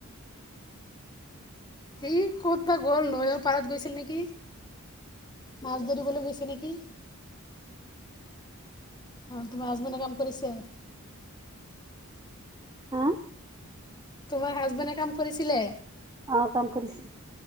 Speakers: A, on the left (about 20°); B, on the right (about 20°).
A: সি ক'ত বা গ'ল, নৈ পাৰত গৈছিল নেকি। মাছ ধৰিবলৈ গৈছে নেকি! অ', তোমাৰ হাজবেণ্ডে কাম কৰিছে?
B: হা
A: তোমাৰ হাজবেণ্ডে কাম কৰিছিলে?
B: অঁ, কাম কৰিছে।